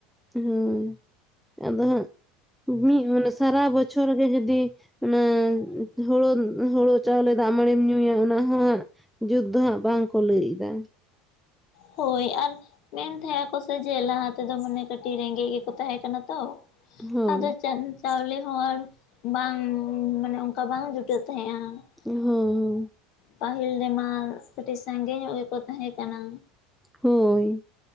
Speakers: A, in the centre; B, on the left.
A: ᱦᱩᱸ ᱟᱫᱚ ᱦᱟᱸᱜ ᱢᱤᱫ ᱢᱟᱱᱮ ᱥᱟᱨᱟ ᱵᱚᱪᱷᱚᱨ ᱜᱮ ᱡᱩᱫᱤ ᱚᱱᱟ ᱦᱳᱲᱳ ᱦᱳᱲᱳ ᱪᱟᱣᱞᱮ ᱫᱟᱜ ᱢᱟᱹᱲᱤᱢ ᱧᱩᱭᱟ ᱚᱱᱟ ᱦᱚᱸ ᱡᱩᱫ ᱫᱚᱦᱟᱸᱜ ᱵᱟᱝ ᱠᱚᱸ ᱞᱟᱹᱭ ᱫᱟ᱾
B: ᱦᱳᱭ ᱟᱨ ᱢᱮᱱ ᱛᱟᱦᱮᱸ ᱟᱠᱚ ᱥᱮ ᱡᱮ ᱞᱟᱦᱟ ᱛᱮᱫᱚ ᱢᱟᱱᱮ ᱠᱟᱹᱴᱤᱡ ᱨᱮᱸᱜᱮᱡ ᱜᱮᱠᱚ ᱛᱟᱦᱮᱸ ᱠᱟᱱᱟ ᱛᱚ
A: ᱦᱳᱭ
B: ᱟᱫᱚ ᱪᱟᱸᱫ ᱪᱟᱣᱞᱮ ᱦᱚᱸ ᱟᱨ ᱵᱟᱝ ᱢᱟᱱᱮ ᱚᱱᱠᱟ ᱵᱟᱝ ᱡᱩᱴᱟᱹᱜ ᱛᱟᱦᱮᱸᱜᱼᱟ ᱾
A: ᱦᱳᱭ ᱦᱳᱭ
B: ᱯᱟᱹᱦᱤᱞ ᱨᱮᱢᱟ ᱠᱟᱹᱴᱤᱡ ᱥᱟᱸᱜᱮ ᱧᱚᱜ ᱜᱮᱠᱚ ᱛᱟᱦᱮᱸ ᱠᱟᱱᱟ,
A: ᱦᱳᱭ